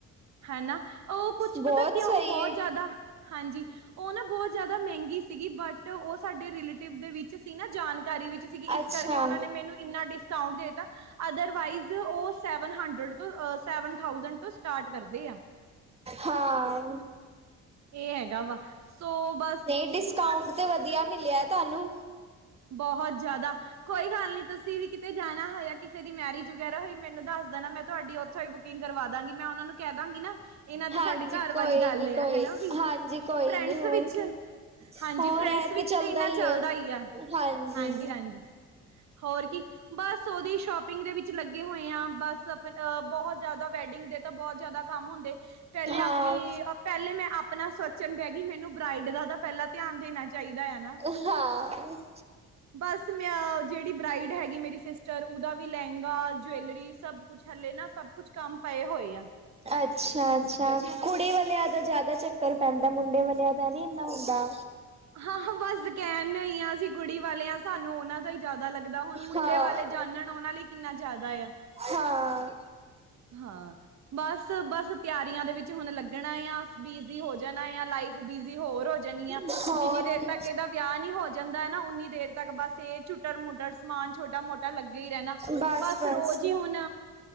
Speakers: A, on the right; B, on the right.
A: ਹੈ ਨਾ ਔ ਕੁੱਛ
B: ਬਹੁਤ
A: ਪਤੈ ਕੀ ਆ
B: ਸਹੀ
A: ਔ ਬੋਤ
B: ਏ।
A: ਜ਼ਿਆਦਾ, ਹਾਂਜੀ ਔ ਨਾ ਬੋਤ ਜ਼ਿਆਦਾ ਮਹਿੰਗੀ ਸੀਗੀ ਬਟ ਔ ਸਾਡੇ ਰਿਲੇਟਿਵ ਦੇ ਵਿੱਚ ਸੀ ਨਾ ਜਾਣਕਾਰੀ ਵਿੱਚ ਸੀਗੀ ਇਸ
B: ਅੱਛਾ
A: ਕਰਕੇ ਔਨਾਂ ਨੇ ਮੈਨੂੰ ਇੰਨਾ ਡਿਸਕਾਊਂਟ ਦੇ ਤਾ ਅਦਰਵਾਈਜ਼ ਔ ਸੈਵਨ ਹੰਡਰਡ ਤੋਂ ਅ ਸੈਵਨ ਥਾਸਡ ਤੋਂ ਸਟਾਰਟ ਕਰਦੇ ਆ।
B: ਹਾਂ
A: ਏ ਹੈਗਾ ਵਾ ਸੋ ਬ
B: ਨਈ ਡਿਸਕਾਊਂਟ ਤੇ ਵਧੀਆ ਮਿਲਿਐ ਤੁਆਨੂੰ।
A: ਬੋਹੋਤ ਜ਼ਿਆਦਾ। ਕੋਈ ਗੱਲ ਨੀ ਤੁਸੀ ਵੀ ਕਿਤੇ ਜਾਣਾ ਹੋਇਆ ਕਿਸੇ ਦੀ ਮੈਰਿਜ ਵਗੈਰਾ ਹੋਈ ਮੈਨੂੰ ਦੱਸ ਦੇਣਾ ਮੈਂ ਤੁਆਡੀ ਔ ਥੋਂ ਈ ਬੁਕਿੰਗ ਕਰਵਾ ਦਾਂਗੀ। ਮੈਂ ਔਨਾਂ ਨੂੰ ਕੈ ਦਾਂਗੀ ਨਾ। ਏਨਾਂ ਦੀ
B: ਹਾਂਜੀ
A: ਸਾਡੇ ਘਰ
B: ਕੋਈ
A: ਵਾਲੀ ਗੱਲ
B: ਨੀ
A: ਏਆ
B: ਕੋਈ
A: ਹੈਨਾ ਵੀ।
B: ਹਾਂਜੀ ਕੋਈ
A: ਫਰੈਂਡਸ
B: ਨੀ ਹੋਰ
A: ਵਿੱਚ
B: ਕੀ।
A: ਹਾਂਜੀ
B: ਹੋਰ
A: ਫਰੈਂਡਸ
B: ਇਹ
A: ਦੇ ਵਿੱਚ ਤੇ ਇੰਨਾ
B: ਹੀ
A: ਚੱਲਦਾ
B: ਹੈ
A: ਈਆ।
B: ਹਾਂਜੀ।
A: ਹਾਂਜੀ-ਹਾਂਜੀ ਹੋਰ ਕੀ ਬਸ ਔਦੀ ਸ਼ੋ ਪਿੰਗ ਦੇ ਵਿੱਚ ਲੱਗੇ ਹੋਏ ਆਂ ਬਸ ਤ ਅ ਬੋਹੋਤ ਜਿਆਦਾ ਵੈਡਿੰਗ ਦੇ ਤਾਂ ਬੋਹੋਤ ਜਿਆਦਾ ਕੰਮ ਹੁੰਦੇ ਪੈਲੇ
B: ਹਾਂ,
A: ਆਪਣੀ, ਅ ਪੈਲੇ ਮੈਂ ਆਪ ਅਪਣਾ ਸੋਚਣ ਬੈ ਗਈ ਮੈਨੂੰ ਬ੍ਰਈਡ ਦਾ ਤਾਂ ਪੈਲਾਂ ਧਿਆਨ ਦੇਣਾ ਚਾਈਦਾ ਐ ਨਾ।
B: <unintelligible>
A: ਬਸ ਮੈਂ ਔ ਜੜੀ ਬਰਾਈਡ ਹੈਗੀ ਮੇਰੀ ਸਿਸਟਰ ਓਦਾ ਵੀ ਲੈਂਗਾ, ਜਵੈਲਰੀ ਸਭ ਕੁੱਛ ਹੱਲੇ ਨਾ ਸਭ ਕੁੱਛ ਕੰਮ ਪਏ ਹੋਏ ਆ।
B: ਅੱਛਾ, ਅੱਛਾ ਕੁੜੀ ਵਾਲਿਆਂ ਦਾ ਜ਼ਿਆਦਾ ਚੱਕਰ ਪੈਂਦੈ ਮੁੰਡੇ ਵਾਲਿਆਂ ਦਾ ਨੀ ਇੰਨਾ ਹੁੰਦਾ।
A: ਹਾਂ-ਹਾਂ ਬਸ ਕੈਣ ਨੂੰ ਈ ਆਂ ਅਸੀ ਕੁੜੀ ਵਾਲੇ ਆਂ ਸਾਨੂੰ ਔਨਾਂ ਦਾ ਈ ਜ਼ਿਆਦਾ ਲੱਗਦਾ ਹੁਣ ਮੁੰਡੇ
B: ਹਾਂ,
A: ਵਾਲੇ ਜਾਨਣ ਔਨਾਂ ਲਈ ਕਿੰਨਾ ਜਾਦਾ ਏਆ।
B: ਹਾਂ।
A: ਹਾਂ ਬਸ, ਬਸ ਤਿਆਰੀਆਂ ਦੇ ਵਿੱਚ ਹੁਣ ਲੱਗਣਾ ਏਆ। ਅਸ ਬੀਜ਼ੀ ਦੀ ਹੋ ਜਾਣਾ ਏਆ ਲਾਈਫ ਬੀਜ਼ੀ ਹੋਰ ਹੋ ਜਾਣੀ ਆ।
B: ਹੋਰ
A: ਜਿੰਨੀ ਦੇਰ
B: ਕੀ
A: ਤੱਕ ਏਦਾ ਵਿਆ ਨੀ ਹੋ ਜਾਂਦਾ ਨਾ ਔਨੀ ਦੇਰ ਤੱਕ ਬਸ ਏ ਚੁਟਰ-ਮੁਟਰ ਸਮਾਨ ਛੋਟਾ-ਮੋਟਾ ਲੱਗਿਆ ਈ ਰੈਨਾ।
B: ਬਸ-ਬਸ,
A: ਬਸ ਰੋਜ਼ ਈ ਹੁਣ,